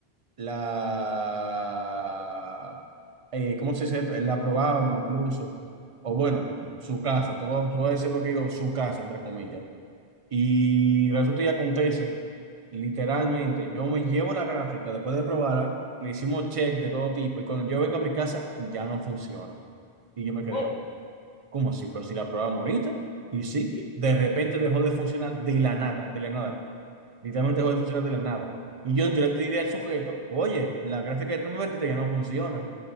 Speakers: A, on the right; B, on the left.
A: la, eh, ¿cómo se dice esto? La probábamos incluso, o bueno, su casa, tú, vas- tú vas a decir lo que digo, su casa, entre comillas. Y resulta y acontece, literalmente, yo me llevo la gráfica, después de probarla, le hicimos check de todo tipo, y cuando yo vengo a mi casa, ya no funciona. Y yo me quedé,
B: Oh,
A: ¿cómo así? Pero si la probamos ahorita, y sí,
B: sí,
A: de repente dejó de funcionar de la nada, de la nada. Literalmente dejó de funcionar de la nada. Y yo,
B: ok.
A: yo le tiré al sujeto, oye, la gráfica que tú me vendiste ya no funciona.